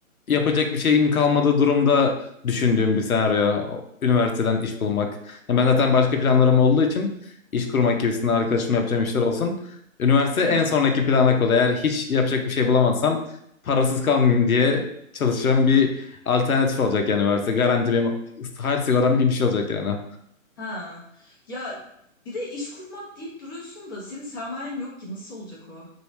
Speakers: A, on the left; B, on the left.
A: yapacak bir şeyim kalmadığı durumda düşündüğüm bir senaryo. Üniversiteden iş bulmak. Yani ben zaten başka planlarım olduğu için iş kurmak gibisinden arkadaşımla yapacağım işler olsun. Üniversite
B: Hı
A: en
B: hı.
A: sonraki plana kalıyor. Eğer hiç yapacak bir şey bulamazsam parasız kalmayayım diye çalışacağım bir alternatif olacak yani üniversite. Garanti benim hayat sigortam gibi bir şey olacak yani.
B: Ha. Ya bir de iş kurmak deyip duruyorsun da senin sermayen yok ki nasıl olacak o?